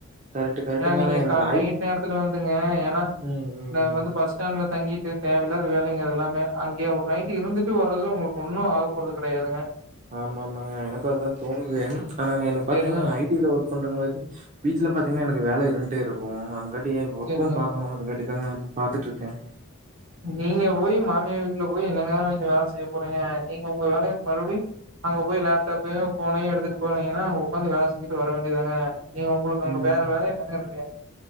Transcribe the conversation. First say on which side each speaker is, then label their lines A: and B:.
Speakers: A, on the right (about 35°); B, on the right (about 70°).
A: கரெக்ட் கரெக்ட்டுங்க
B: ஏன்னா நீங்க
A: ஆனா எனக்கு
B: க
A: ஐ
B: நைட் நேரத்துல வந்துங்க ஏன்னா
A: ம் ம் ம்
B: வந்து பஸ் ஸ்டாண்ட்ல தங்கிட் டு தேவையில்லாத வேலைங்க அது எல்லாமே அங்கேயே ஒரு நைட் இருந்துட்டு வர்றதுல உங்களுக்கு ஒன்னும் ஆகப்போறது கெடையாதுங்க
A: ஆமா ஆமாங்க எனக்கும் அதான் தோணுது ஆனா நா எனக்கு பாத்தீங்கன்னா
B: சேரிங்க
A: ஐ டில ஒர்க் பண்றவங்க மாதி வீட்ல பாத்திங்ன்னா எனக்கு வேல இருன்ட்டே இருக்கும் அதுங்காட் டி ஒர்க்கும்
B: சேரிங்க
A: பாக்கணும் அதுங்காட்டி அதாங்க பாத்துட்ருக்கேன்
B: நீங்க போய் மாமியா வீட்ல போய் என்னங்க வேல செய்ய போறீங்க நீங்க உங்க வேலய மறுபடி அங்க போய் லேப்டாப்பையும் ஃபோனையும் எடுத்துட்டு போனீங்கன்னா அங்க உக்காந்து வேல செஞ்சுட்டு வர வேண்டிதாங்க நீங்க உங்களுக்கு அங்க
A: ம்
B: வேற வேல என்னங்க இருக்கு